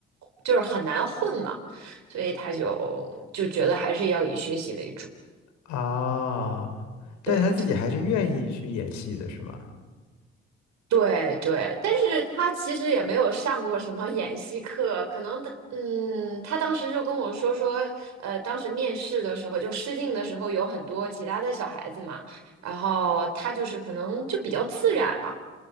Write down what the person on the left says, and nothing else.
啊，但是他自己还是愿意去演戏的，
是吗？